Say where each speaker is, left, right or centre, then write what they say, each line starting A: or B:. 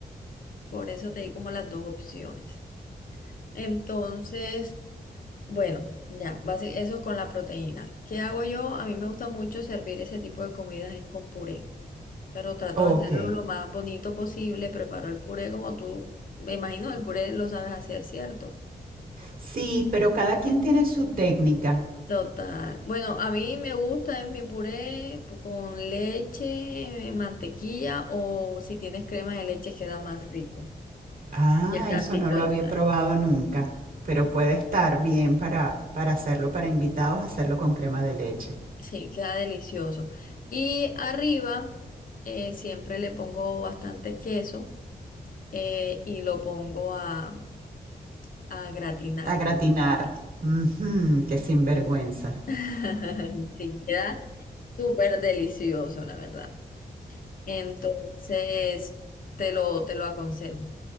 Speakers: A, on the left (about 55°); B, on the right (about 60°).
A: Por eso te di como las dos opciones. Entonces, bueno, ya, base- eso es con la proteína. ¿Qué hago yo? A mí me gusta mucho servir ese tipo de comidas es con puré, pero trato
B: ok.
A: de hacerlo lo más bonito posible. Preparo el puré como tú, me imagino, el puré lo sabes hacer, ¿cierto?
B: Sí, pero cada quien tiene su técnica.
A: Total. Bueno, a mí me gusta es mi puré pu- con leche, eh, mantequilla o si tienes crema de leche queda más rico.
B: Ah,
A: Y el tantico
B: eso no lo
A: de
B: había
A: sal.
B: probado nunca, pero puede estar bien para, para hacerlo para invitados, hacerlo con crema de leche.
A: Sí, queda delicioso. Y arriba eh, siempre le pongo bastante queso eh, y lo pongo a, a gratinar.
B: A gratinar. Ujú, qué sinvergüenza.
A: <laughs> Sí, queda súper delicioso, la verdad. Entonces, te lo, te lo aconsejo.